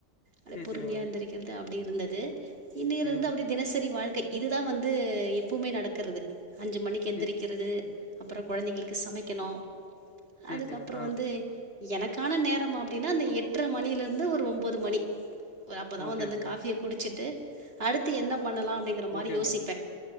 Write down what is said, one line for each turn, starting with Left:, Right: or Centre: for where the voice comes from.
Right: அ
Left: சேரி
Right: பொறுமியா
Left: சேரிங்க
Right: எந்திரிக்கிறது அப்டி இருந்தது இன்னிலேருந்து
Left: சேரிங்க
Right: அப்டி தினசரி வாழ்க் கை இதுதா வந்து எப்புவுமே நடக்கெறது அஞ்சு மணிக்கு எந்திரிக்கிறது
Left: சே
Right: அப்புறோ கொழைந்தேங்களுக்கு சமைக்கணு
Left: சேரி
Right: அதுக்கப்புறோ
Left: சேரிங்க ஆ
Right: வந்து எனக்கான நேரம் அப்டின்னா அந்த எட்ற மணியில இருந்து ஒரு ஒன்போது மணி ஒரு அப்பதா
Left: ஓகே
Right: வந்து அந்த
Left: ஓகேங்க
Right: காஃபியை குடிச்சிட்டு அடுத்து என்னப் பண்ணலா அப்டிங்கற மாரி
Left: ஓகே ஓகேங்க
Right: யோசிப்பே